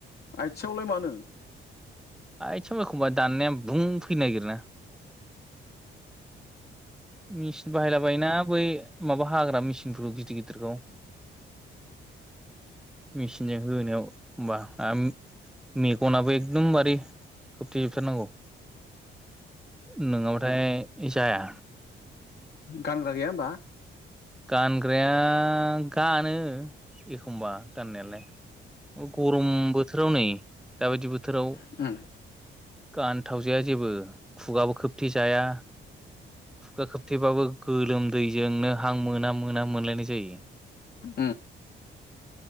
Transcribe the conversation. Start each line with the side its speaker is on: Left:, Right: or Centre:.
Left: आथियावलाय मानो।
Centre: आइ <unintelligible> एखमबा दाननाया बुं फैनो नागिरोना मिचिन बाहायलाबायोना बै माबा हाग्रा मेसिनफोरखौ गिदिर गिदिरखौ मिचिनजों होनायाव होमबा आम मेगनाबो एकदमबारे खोबथेजोबथार नांगौ नोंङाबाथाय जाया
Left: गानग्रा गैया होमबा
Centre: गानग्राया गानो एखमबा गाननायालाय गरम बोथोराव नै दाबादि बो बोथोराव
Left: होमबा
Centre: गानथावजाया जेबो खुगाबो खोबथि जाया खुगा खोबथेबाबो गोलोम दैजोंनो हां मोना मोना मोनलायनाय जायो।
Left: उम